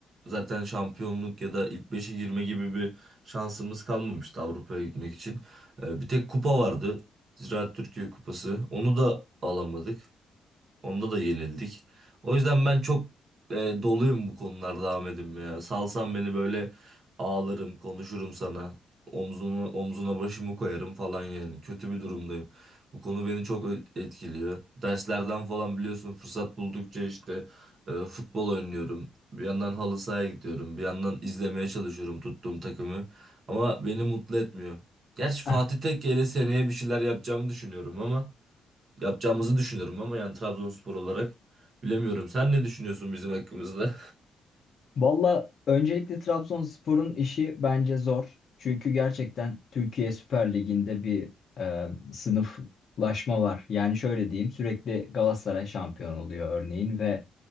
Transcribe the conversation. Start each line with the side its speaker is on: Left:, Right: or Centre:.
Right: zaten şampiyonluk ya da ilk beşe girme gibi bir şansımız kalmamıştı Avrupa'ya gitmek için. Ee, bir tek kupa vardı. Ziraat Türkiye Kupası. Onu da alamadık. Onda da yenildik. O yüzden ben çok e, doluyum bu konularda Ahmet'im ya. Salsan beni böyle ağlarım, konuşurum sana. Omzuna, omzuna başımı koyarım falan yani. Kötü bir durumdayım. Bu konu beni çok ö- etkiliyor. Derslerden falan biliyorsun fırsat buldukça işte e, futbol oynuyorum. Bir yandan halı sahaya gidiyorum. Bir yandan izlemeye çalışıyorum tuttuğum takımı. Ama beni mutlu etmiyor. Gerçi
Left: <laughs>
Right: Fatih Tekke ile seneye bir şeyler yapacağımı düşünüyorum ama yapacağımızı düşünüyorum ama yani Trabzonspor olarak bilemiyorum. Sen ne düşünüyorsun bizim hakkımızda?
Left: Valla öncelikle Trabzonspor'un işi bence zor. Çünkü gerçekten Türkiye Süper Ligi'nde bir e, sınıflaşma var. Yani şöyle diyeyim sürekli Galatasaray şampiyon oluyor örneğin ve